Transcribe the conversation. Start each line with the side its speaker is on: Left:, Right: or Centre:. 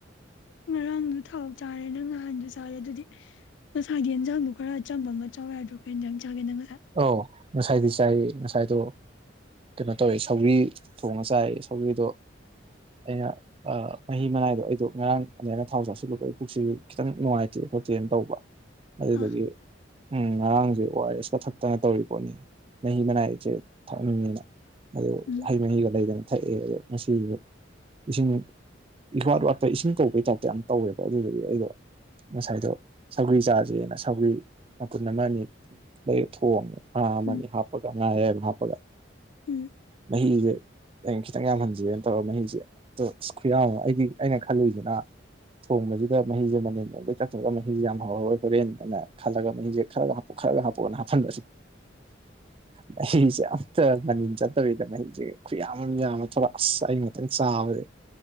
Left: ꯉꯔꯥꯡꯗꯨ ꯊꯥꯎ ꯆꯥꯔꯦ ꯅꯪ ꯅꯍꯥꯟꯁꯨ ꯆꯥꯔꯦ ꯑꯗꯨꯗꯤ ꯃꯁꯥꯒꯤ ꯌꯦꯟꯖꯥꯡꯗꯣ ꯈꯔ ꯑꯆꯝꯕ ꯑꯃ ꯆꯥꯎ ꯌꯥꯗ꯭ꯔꯣ ꯀꯩ ꯌꯦꯟꯖꯥꯡ ꯆꯥ ꯒꯦ ꯅꯪ ꯉꯁꯥꯏ
Right: ꯑꯧ ꯉꯁꯥꯏꯗꯤ ꯆꯥꯏꯑꯦ ꯉꯁꯥꯏꯗꯣ ꯀꯩꯅꯣ ꯇꯧꯋꯦ ꯁꯧꯒꯔꯤ ꯊꯣꯡꯉ ꯆꯥꯏ ꯁꯧꯒꯔꯤꯗꯣ ꯑꯩꯅ ꯃꯍꯤ ꯃꯅꯥꯏꯗꯣ ꯑꯩꯗꯣ ꯉꯔꯥꯡ ꯑꯗꯨꯃꯥꯏꯅ ꯊꯥꯎ ꯆꯪꯁꯤꯜꯂꯨꯕꯗꯨꯏ ꯄꯨꯛꯁꯤꯁꯨ ꯈꯤꯇꯪ ꯅꯨꯡꯉꯥꯏꯇꯦ ꯈꯣꯠꯇꯦꯅ ꯇꯧꯕ ꯑꯗꯨꯗꯨꯒꯤ
Left: ꯑꯥ
Right: ꯎꯝ ꯉꯔꯥꯡꯁꯦ ꯑꯣꯥ ꯔ ꯑꯦꯁ ꯀ ꯊꯛꯄ ꯇꯅ ꯇꯧꯔꯤ ꯄꯣꯠꯅꯤ ꯃꯍꯤ ꯃꯅꯥꯏꯁꯦ ꯊꯛꯅꯤꯡꯉꯤꯅ ꯑꯗꯨ
Left: ꯎꯝ
Right: ꯍꯩ ꯃꯍꯤꯒ ꯂꯩꯗꯅ ꯊꯛꯑꯦ ꯑꯗꯣ ꯉꯁꯤꯁꯨ ꯏꯁꯤꯡ ꯏꯋꯥꯠ ꯋꯥꯠꯄ ꯏꯁꯤꯡ ꯀꯧꯕꯒꯤ ꯇꯥꯏꯞꯇ ꯌꯥꯝ ꯇꯧꯋꯦꯕ ꯑꯗꯨꯗꯗꯤ ꯑꯩꯗꯣ ꯉꯁꯥꯏꯗꯣ ꯁꯧꯒꯔꯤ ꯆꯥꯁꯦꯅ ꯁꯧꯒꯔꯤ ꯃꯄꯨꯟ ꯑꯃ ꯑꯅꯤ ꯊꯣꯡꯉꯦ ꯉꯥ ꯑꯃꯅꯤ
Left: ꯎꯝ
Right: ꯍꯥꯞꯄꯒ ꯉꯥ ꯑꯌꯥꯏꯕ ꯍꯥꯞꯄꯒ
Left: ꯎꯝ
Right: ꯃꯍꯤꯁꯦ ꯑꯩꯅ ꯈꯤꯇꯪ ꯌꯥꯝꯍꯟꯖꯦꯅ ꯇꯧꯔꯒ ꯃꯍꯤꯁꯦ ꯑ ꯑꯁ ꯈꯨꯌꯥꯝ ꯑꯃ ꯑꯩꯗꯤ ꯑꯩꯅ ꯈꯜꯂꯨꯏꯁꯤꯅ ꯊꯣꯡꯕꯁꯤꯗ ꯃꯍꯤꯁꯦ ꯃꯅꯤꯟ ꯑꯣꯜꯂ ꯆꯠꯈꯔꯥꯒ ꯗ ꯃꯍꯤꯁꯦ ꯌꯥꯝ ꯍꯧꯔꯔꯣꯏ ꯍꯣꯔꯦꯟꯅ ꯈꯜꯂꯒ ꯃꯍꯤꯁꯦ ꯈꯔꯒ ꯍꯥꯞꯄꯨ ꯈꯔꯒ ꯍꯥꯞꯄꯨꯅ ꯍꯥꯞꯍꯜ ꯟꯕꯁ ꯃꯍꯤꯁꯦ ꯑꯝꯇ ꯃꯅꯤꯟ ꯆꯠꯇꯕꯤꯗ ꯃꯍꯤꯁꯦ ꯈꯨꯌꯥꯝ ꯑꯃ ꯌꯥꯝ ꯑꯃ ꯊꯣꯂꯛ ꯑꯁ ꯑꯩ ꯉꯛꯇꯪ ꯆꯥꯕꯁꯦ